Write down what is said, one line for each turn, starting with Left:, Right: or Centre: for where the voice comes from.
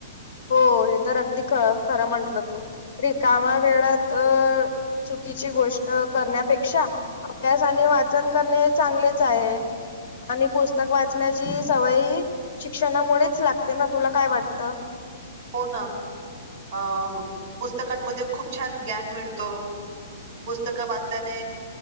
Left: हो हे तर अगदी ख खरं म्हंटलं तू रिकामा वेळात च सामान्य ज्ञान मिळतं चुकीची गोष्ट करण्यापेक्षा अभ्यास आणि वाचन करणे चांगलेच आहे आणि पुस्तक वाचण्याची सवय ह शिक्षणामुळेच लागते ना तुला काय वाटतं
Right: हो ना शिक्षणामुळे खूप छान ज्ञान मिळतो पुस्तकं वाचल्याने